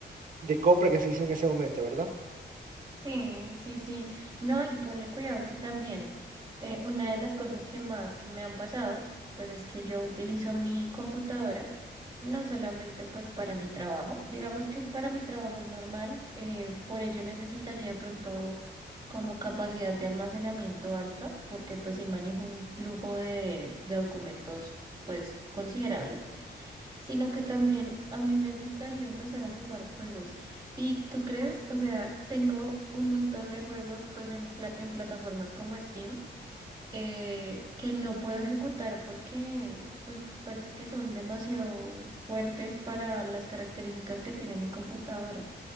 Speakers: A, on the right; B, on the right.
A: de compra que se hizo en ese momento, ¿verdad?
B: Sí, sí, sí. No, y ponle cuidado que también eh, una de las cosas que más me han pasado, pues es que yo utilizo mi computadora no solamente pues para mi trabajo, digamos que para mi trabajo es normal, eh, por ello necesitaría de pronto como capacidad de almacenamiento alta, porque pues sí manejo un flujo de, de documentos pues considerable sino que también a mí me gustaría empezar a jugar juegos. ¿Y tú crees? O sea, tengo un montón de juegos pues en, fla- en plataformas como Steam eh, que no puedo ejecutar porque pues parece que son demasiado fuertes para las características que tiene mi computadora.